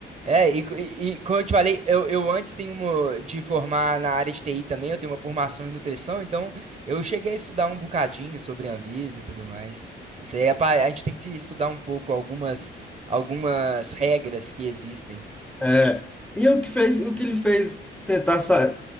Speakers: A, on the right; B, in the centre.
A: É, e, co- e, e como eu te falei, eu, eu antes tenho uma de formar na área de TI também, eu tenho uma formação em nutrição, então eu cheguei a estudar um bocadinho sobre Anvisa e tudo mais. Isso aí é pa- a gente tem que estudar um pouco algumas, algumas regras que existem.
B: É, e é o que fez, o que ele fez tentar sa